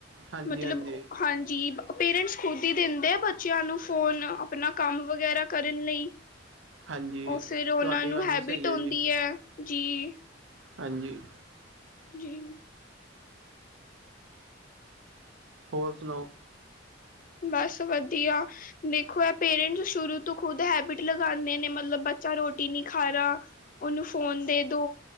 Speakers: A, on the right (about 85°); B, on the left (about 45°).
A: ਹਾਂਜੀ
B: ਮਤਲਬ
A: ਹਾਂਜੀ
B: ਹਾਂਜੀ, ਪੇਰੈਂਟਸ ਖੁਦ ਹੀ ਦਿੰਦੇ ਆ ਬੱਚਿਆਂ ਨੂੰ ਫੋਨ ਆਪਣਾ ਕੰਮ ਵਗੈਰਾ ਕਰਨ ਲਈ।
A: ਹਾਂਜੀ,
B: ਉਹ ਫਿਰ ਉਹਨਾਂ
A: ਤੁਹਾਡੀ
B: ਨੂੰ
A: ਗੱਲ
B: ਹੈਬਿਟ
A: ਵੀ ਸਹੀ
B: ਆਉਂਦੀ
A: ਜੀ
B: ਹੈ ਜੀ,
A: ਹਾਂਜੀ <unintelligible>
B: ਜੀ
A: ਹੋਰ ਸੁਣਾਓ?
B: ਬਸ ਵਧੀਆ ਦੇਖੋ ਏਹ ਪੇਰੈਂਟਸ ਸ਼ੁਰੂ ਤੋਂ ਖੁਦ ਹੈਬਿਟ ਲਗਾਉਂਦੇ ਨੇ ਮਤਲਬ ਬੱਚਾ ਰੋਟੀ ਨੀ ਖਾ ਰਹਾ। ਉਹਨੂੰ ਫੋਨ ਦੇ ਦੋ